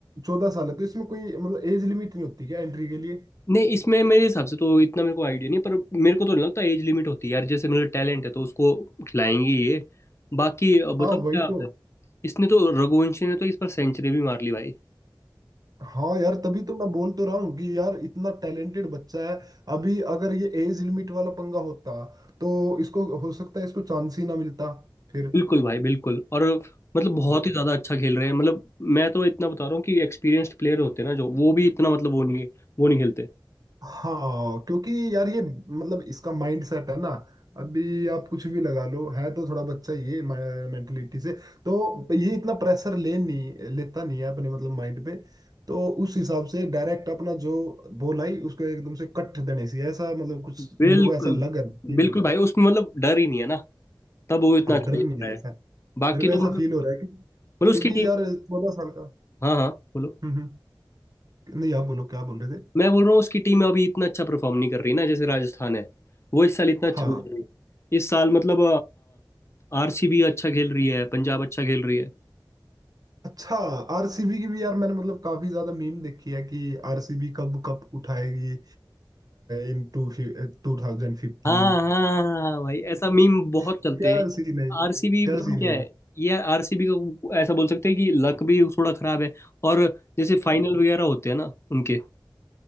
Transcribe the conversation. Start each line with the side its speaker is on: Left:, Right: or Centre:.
Right: चौदह साल है तो इसमें कोई मतलब एज लिमिट नहीं होती क्या एंट्री के लिए
Left: नहीं इसमें मेरे हिसाब से तो इतना मेरे को आइडिया नहीं पर मेरे को तो नहीं लगता एज लिमिट होती है यार जैसे मेरा टैलेंट है तो उसको खिलाएंगे ये बाकी अ, बताओ
Right: हाँ
Left: क्या
Right: वही
Left: होता
Right: तो
Left: है इसने तो रघुवंशी ने तो इस पर सेंचुरी भी मार ली भाई
Right: हाँ यार तभी तो मैं बोल तो रहा हूँ कि यार इतना टैलेंटेड बच्चा है अभी अगर ये एज लिमिट वाला पंगा होता तो इसको हो सकता है इसको चांस ही ना मिलता फिर
Left: बिल्कुल भाई बिल्कुल और मतलब बहुत
Right: तो,
Left: ही ज्यादा अच्छा खेल रहे हैं मतलब मैं तो इतना बता रहा हूँ कि एक्सपीरियंस्ड प्लेयर होते हैं ना जो वो भी इतना मतलब वो नहीं वो नहीं खेलते
Right: हाँ क्योंकि यार ये मतलब इसका माइंड सेट है ना अभी आप कुछ भी लगा लो है तो थोड़ा बच्चा ये मेंटलिटी से तो ये इतना प्रेशर ले नहीं लेता नहीं है अपने मतलब माइंड पे तो उस हिसाब से डायरेक्ट अपना जो बॉल आई उसको एकदम से कट देने से ऐसा मतलब कुछ
Left: बिल्कुल
Right: मेरे को ऐसा लग रहा फील
Left: बिल्कुल
Right: हो रहा
Left: भाई
Right: है
Left: उसमें मतलब डर ही नहीं है ना तब वो इतना
Right: हाँ
Left: अच्छा
Right: डर
Left: खेल
Right: नहीं
Left: रहा
Right: है
Left: है
Right: ऐसा
Left: बाकी
Right: मेरे को
Left: तो
Right: ऐसा
Left: मतलब
Right: फील हो रहा है कि
Left: मतलब उसकी
Right: क्योंकि
Left: टीम
Right: यार चौदह साल का
Left: हाँ हाँ बोलो
Right: हम्म हम्म। नहीं आप बोलो क्या बोल रहे थे
Left: मैं बोल रहा हूँ उसकी टीम अभी इतना अच्छा परफॉर्म नहीं कर रही ना जैसे राजस्थान है वो इस साल इतना अच्छा
Right: हाँ
Left: नहीं कर रही इस साल मतलब आरसीबी अच्छा खेल रही है पंजाब अच्छा खेल रही है
Right: अच्छा आरसीबी की भी यार मैंने मतलब काफी ज्यादा मीम देखी है कि आरसीबी कब कप उठाएगी इन टू टू थाउजेंड फिफ्टी
Left: हाँ हाँ हाँ, भाई ऐसा मीम बहुत
Right: क्या
Left: चलते हैं
Right: सीन है ये?
Left: आरसीबी
Right: क्या
Left: बताऊँ
Right: सीन
Left: क्या
Right: है
Left: है ये आरसीबी का ऐसा बोल सकते हैं कि लक भी थोड़ा खराब है और जैसे फाइनल वगैरह होते हैं ना उनके